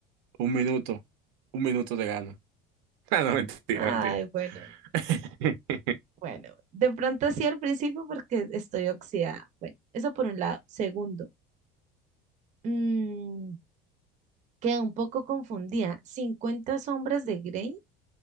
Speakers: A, on the right; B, on the right.
A: Un minuto, un minuto te gano. <laughs> Ah, no, mentira,
B: Ay,
A: mentira.
B: bueno, bueno.
A: <laughs>
B: Bueno, de pronto sí al principio porque estoy oxidada. Bueno, eso por un lado. Segundo, mm, quedé un poco confundida. cincuenta sombras de Grey. O